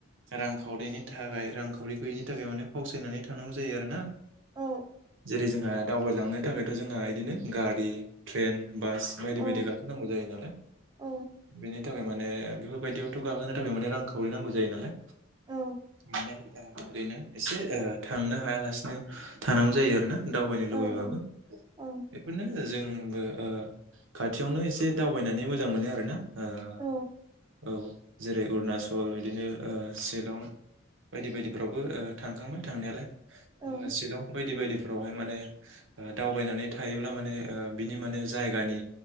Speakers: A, on the right; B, on the right.
A: रांखावरिनि थाखाय रांखावरि गैयिनि थाखाय माने फावसायनानै थानांगौ जायो आरो ना।
B: औ
A: जेरै जोंहा दावबायलांनो थाखायथ' जोंहा इदिनो गारि, ट्रेन बास बायदि
B: औ
A: बायदि गाखोनांगौ जायो नालाय
B: औ
A: बेनि थाखाय माने बेफोरबायदियावथ गाखोनो थाखाय माने रां खावरि नांगौ जायो नालाय
B: औ
A: माने ओरैनो एसे थांनो हायालासिनो थानांगौ जायो आरो ना दावबायनो लुबैबाबो
B: औ औ
A: बेफोरनो जों आंबो ओ खाथियावनो एसे दावबायनानै मोजां मोनो आरोना ओ
B: औ
A: औ जेरै अरुनाचल बिदिनो ओ शिलं बायदि बायदिफ्रावबो ओ थांखांबाय थांनायालाय
B: औ
A: शिलं बायदि बायदिफ्राव फोरावहाय माने दावबायनानै थायोब्ला माने बिनि माने जायगानि